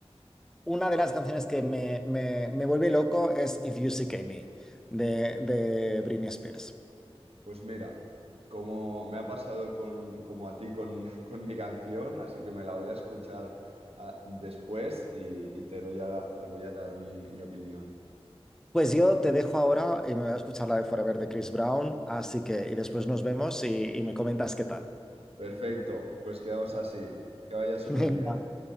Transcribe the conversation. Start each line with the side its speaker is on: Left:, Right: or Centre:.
Centre: una de las canciones que me, me- me vuelve loco es If You Sick Me, de, de Britney Spears.
Right: Pues mira, como me ha pasado con, como a ti con, <laughs> con mi canción, así que me la voy a escuchar ah, después y, y te doy a te voy a dar mi, mi opinión.
Centre: Pues yo te dejo ahora y me voy a escuchar la de Forever de Chris Brown, así que y después nos vemos y, y me comentas qué tal.
Right: Perfecto, pues quedamos así. Que vaya súper
Centre: <laughs> Venga.
Right: bien.